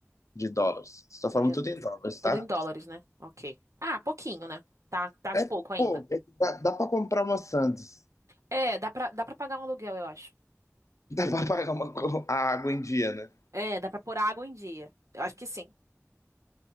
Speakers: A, on the left (about 80°); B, on the right (about 80°).
A: de dólares. Estou falando
B: meu-
A: tudo em dólares,
B: tudo
A: tá?
B: em dólares, né? Ok. Ah, pouquinho, né? Tá, tá
A: É,
B: pouco ainda.
A: pô, é que dá, dá para comprar uma Sandes.
B: É, dá pra, dá pra pagar um aluguel, eu acho.
A: <laughs> Dá para pagar uma, co- a água em dia, né?
B: É, dá pra pôr água em dia. Eu acho que sim.